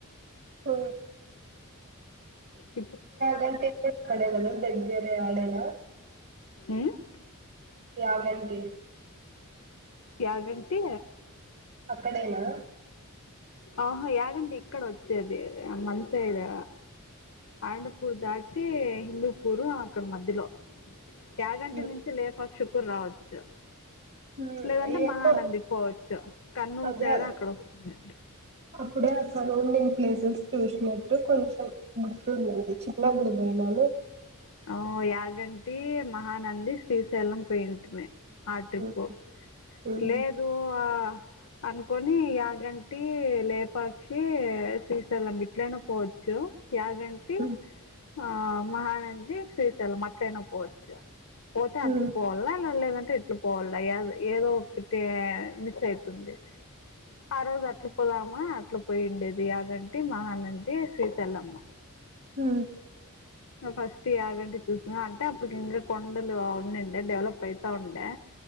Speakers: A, on the right; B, on the left.
A: హు
B: అ
A: గంట <unintelligible>
B: ఉహ్
A: చాగంటి
B: యాగంటి
A: అక్కడేనా
B: ఆహా యాగంటి ఇక్కడ వచ్చేది మన సైడే అయిండుపూర్ దాటి హిందూపూరు అక్కడ మధ్యలో యాగంటి
A: ఉమ్,
B: నుంచి లేపాక్షకు రావచ్చు
A: ఉమ్.
B: లేదంటే
A: ఏమో
B: మహానందికీ పోవచ్చు కర్నూలు
A: అదే
B: సైడ్
A: అదే.
B: అక్కడ వస్తుంది
A: అప్పుడే అక్కడే ఉండిని ప్లేసెస్ చూసినట్టు కొంచెం గుర్తుతుంది చిన్నపుడు పోయినా
B: ఆ యాగంటి మహానంది శ్రీశెలం పోయింటిమి ఆ ట్రిప్పు
A: ఉమ్, ఉమ్,
B: లేదు ఆ అనుకొని యాగంటి లేపాక్షి శ్రీశైలం ఇట్లైనా పోవచ్చు యాగంటి
A: ఉమ్,
B: ఆ మహానంది శ్రీశైలం అట్లయినా పోవచ్చు పోతే అట్లు
A: ఉమ్.
B: పోవాల అలా లేదం ఎట్లా పోవాల ఏదో ఒకటి మిస్ అయితుంది ఆ రోజు అట్లా పోదాం మ్మా అట్లా పోయిండేది యాగంటి మహానంది శ్రీశైలమ్మ
A: హు
B: ఫస్ట్ యాగంటి చూన్నా అంటే అప్పడుకి ఇంకా కొండలు ఉండేయండీ డెవలప్ అయితా ఉండే